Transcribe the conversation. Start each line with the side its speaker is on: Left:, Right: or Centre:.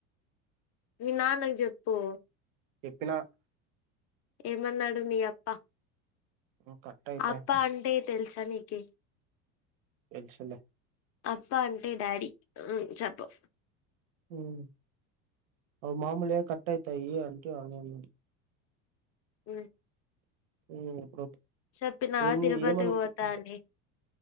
Left: మీ నాన్నక్ జేప్పు
Right: ఎప్పిన
Left: ఏమన్నాడు మీ అప్ప
Right: ఉమ్, కట్ అయితాయి
Left: అప్ప అంటే తెల్స నీకి
Right: తెల్సులె
Left: అప్పా అంటే డాడీ ఉ చెప్పో
Right: ఉమ్ అవి మామూలే కట్టైతయి అంటె అనెన్
Left: ఉమ్మ్
Right: ఉమ్మ్ ఎప్పుడో
Left: చెప్పినా
Right: ఏం
Left: తిరుపతికి
Right: ఏమనుకట్టె
Left: పోతా అని